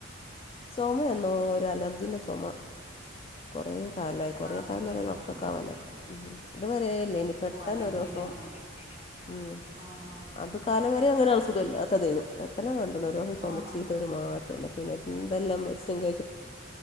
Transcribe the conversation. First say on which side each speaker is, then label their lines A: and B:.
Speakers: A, on the left (about 30°); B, on the left (about 60°).
A: ചുമയെന്നോ ഒരു അലർജിന്റെ ചൊ ഒമ കുറേ കാലായി കുറേ
B: ആണല്ലേ
A: കാലംന്നർഞ്ഞ ഒരു വർഷോക്കെ
B: ആഹ്
A: ആവാനായി ഉം ഇത് വരേല്ലേനി പെട്ടെന്നൊരോസം
B: ഓഹ് അലർജിയുടെ ആണ്
A: ഉം
B: ആഹാ
A: അത് കാ ലവരെ അങ്ങനെ അസുഖം ഇല്ലാത്തതേഞു പെട്ടെന്നാ കണ് ണ്ടന്നോരോന്ന് ചുമച്ചീട്ടരു
B: ആണോ
A: മാറ്റം ഇല്ല പിന്നെ എന്തെല്ലാം മെഡിസിൻ കഴിച്